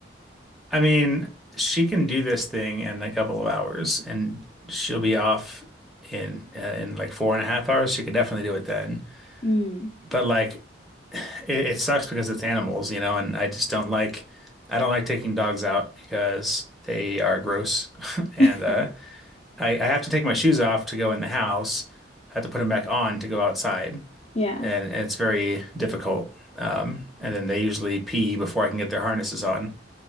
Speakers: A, in the centre; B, on the left.
A: I mean, she can do this thing in a couple of hours, and she'll be off in uh, in like four and a half hours. She could definitely do it then.
B: Mm.
A: But like, it, it sucks because it's animals, you know, and I just don't like I don't like taking dogs out because they are gross, <laughs> and
B: <laughs>
A: uh, I I have to take my shoes off to go in the house. I have to put them back on to go outside,
B: Yeah,
A: and it's very difficult. Um, and then they usually pee before I can get their harnesses on